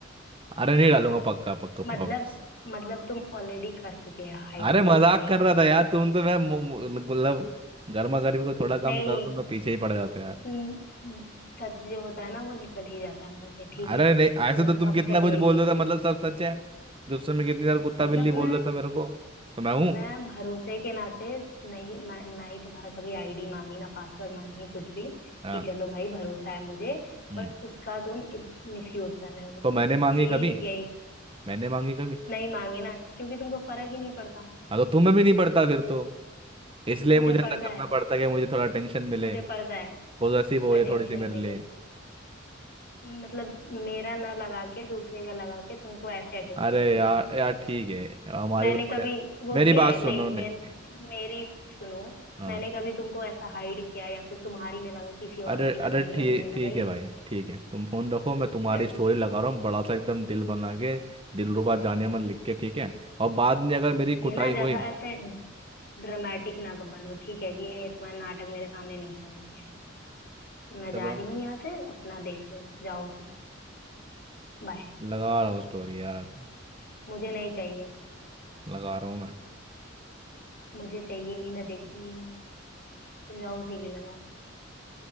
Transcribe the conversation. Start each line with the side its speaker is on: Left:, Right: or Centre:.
Right: अरे नहीं डालूंगा पक्का पक्का
Left: मतलब
Right: प्रॉमिस
Left: मतलब तुम ऑलरेडी कर चुके हो हाइड
Right: अरे मजाक
Left: मुझे कहीं
Right: कर रहा
Left: ना कहीं
Right: था यार तुम तो मैं मु- मु- मतलब गर्मा गर्मी को थोड़ा कम
Left: नहीं
Right: करो तुम तो पीछे ही पड़ जाते हो यार
Left: न- सच जो होता है ना वो निकल ही जाता है मुंह से ठीक
Right: अरे
Left: है तो
Right: नहीं ऐसे
Left: इसका
Right: तो तुम कितना
Left: मतलब
Right: कुछ
Left: यही
Right: बोल
Left: है
Right: देते हो, मतलब सब सच है गुस्से में कितनी बार कुत्ता
Left: मतलब
Right: बिल्ली बोल
Left: मैं
Right: देता मेरे को तो मैं हूँ
Left: मैं भरोसे के नाते नहीं ना, ना ही तुम्हारा कभी आईडी मांगी ना पासवर्ड मांगी कुछ भी
Right: हाँ
Left: कि चलो भाई भरोसा है मुझे
Right: हम्म
Left: बट उसका तुम मिस यूज कर रहे हो मतलब
Right: तो मैंने मांगी
Left: कि
Right: कभी
Left: यही
Right: मैंने मांगी कभी
Left: नहीं मांगे ना क्योंकि तुमको फर्क ही नहीं पड़ता
Right: हाँ तो तुम्हें भी नहीं पड़ता फिर तो इसलिए
Left: मुझे
Right: मुझे ऐसा
Left: पड़ता
Right: करना
Left: है
Right: पड़ता है कि मुझे थोड़ा टेंशन मिले
Left: मुझे पड़ता है
Right: पॉजिटिव हो ये
Left: अटेंशन
Right: थोड़ी सी मेरे
Left: मिले
Right: लिए
Left: मतलब मेरा ना लगा के दूसरे का लगा के तुमको ऐसे अटेंशन
Right: अरे
Left: चाहिए
Right: यार यार ठीक है हमारे
Left: मैंने
Right: ऊपर
Left: कभी
Right: पड़े
Left: वो
Right: मेरी
Left: किया
Right: बात
Left: है
Right: सुनो
Left: नहीं
Right: नहीं
Left: मैं
Right: नहीं
Left: मेरी सुनो
Right: हाँ
Left: मैंने कभी तुमको ऐसा हाइड किया या फिर तुम्हारी ने लगा किसी
Right: अरे
Left: और की
Right: अरे
Left: लगाई है
Right: ठीक
Left: मैंने
Right: ठीक
Left: लगाई
Right: है
Left: है
Right: भाई ठीक है तुम फोन रखो मैं तुम्हारी
Left: क्या
Right: स्टोरी
Left: ठीक
Right: लगा रहा हूँ बड़ा सा एकदम दिल बना के दिलरुबा जाने मन लिख के ठीक है और बाद में अगर मेरी
Left: ये
Right: कुटाई
Left: ना जैसा
Right: हुई
Left: ऐसे ड्रामेटिक ना कब बनो ठीक है कि ये तुम्हारे नाटक मेरे सामने नहीं चलेंगे मैं
Right: चलो
Left: जा रही हूँ यहाँ से अपना देख लो जाओ उसी के पास बाय
Right: लगा रहा हूँ स्टोरी यार
Left: मुझे नहीं चाहिए
Right: लगा रहा हूँ मैं
Left: मुझे चाहिए नहीं मैं देखूंगी नहीं तुम जाओ उसी के लगाओ